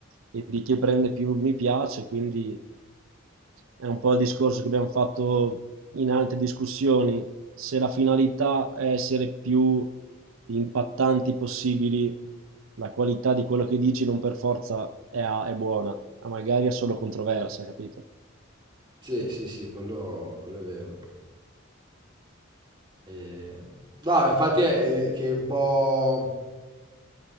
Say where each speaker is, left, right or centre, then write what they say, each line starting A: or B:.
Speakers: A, on the right (about 85°); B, on the right (about 25°).
A: e di chi prende più mi piace, quindi è un po' il discorso che abbiamo fatto in altre discussioni. Se la finalità è essere più impattanti possibili, la qualità di quello che dici non per forza è, è buona, ma magari è solo controversa, capito?
B: Sì, sì, sì, quello, quello è vero. E- No, infatti è, è che è un po'...